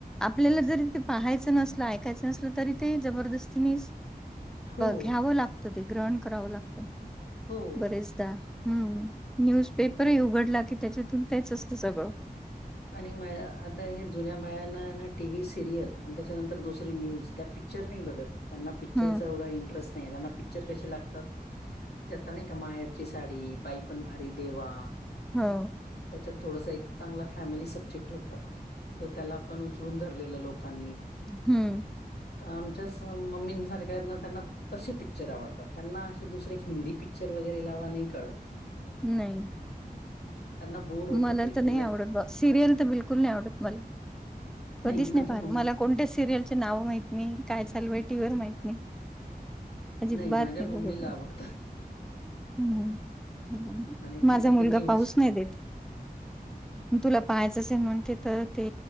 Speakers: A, in the centre; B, on the left.
A: आपल्याला जरी ते पाहायचं नसल ऐक <unintelligible> तरी ते जबरदस्तीने
B: हो,
A: घ्या लाग ते ग्रहण करावं लागत
B: हो.
A: बरेच ता हम् न्यूजपेपरही उघडला कि त्याच्यातून तेच असतं सगळं
B: आणि माझ आता हे जुन्या बायांना ना टीव्ही सिरियल आणि त्याच्यानंतर दुसरी न्यूज त्या पिक पिक्चर नाही बघत त्यांना पिक्चरच
A: हम्म.
B: एवढं इंटरेस्ट नाही त्यांना पिक्चर कसे लागतात त्याता नाही का माहेरची साडी, बाई पण भारी देवा
A: हो
B: त्याच्यात थोडंस एक चांगला फॅमिली सब्जेक्ट होतात तर त्याला पण उचलून धरलेलं लोकांनी
A: हम्म
B: तर आमच्याच मम्मीं सारख्याना त्यांना तसे पिक्चर आवडतात त्यांना असे दुसरे हिंदी पिक्चर वगैरे लावा नाही कळत
A: नाही
B: त्यांना बोर होतं
A: मला
B: ते. ते
A: तर नाही
B: लग
A: आवडत बा सिरियल तर बिलकुल नाही आवडत मला कधीच
B: माझ्या
A: नाही पहात
B: मम्मी
A: मला कोणत्या सिरियल नाव माहिती म काय चालूय टी व्ही वर माहीत नाही अजिबात
B: माझ्या
A: नाही
B: मम्मीला
A: बघत मी
B: आवडतं.
A: हम्
B: आणि
A: माझा
B: तिला
A: मुलगा
B: ते न्यूज.
A: पाहुच नाही देत तुला पाहायचं असेन म्हणते तर ते